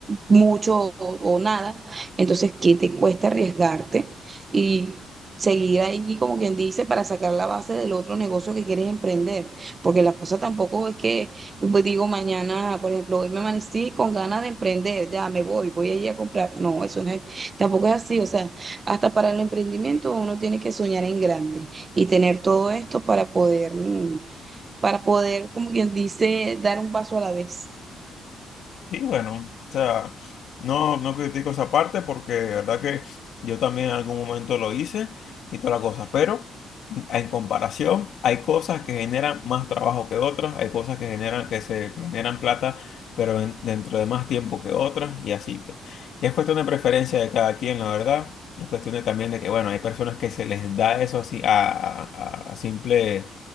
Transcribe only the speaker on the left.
Sí, bueno, o sea, no, no critico esa parte porque de verdad que yo también en algún momento lo hice y toda la cosa, pero en, en comparación hay cosas que generan más trabajo que otras, hay cosas que generan, que se, que generan plata, pero en- dentro de más tiempo que otras y así, pues. Y es cuestión de preferencia de cada quien, la verdad. Es cuestión de también de que, bueno, hay personas que se les da eso así a, a- a simple,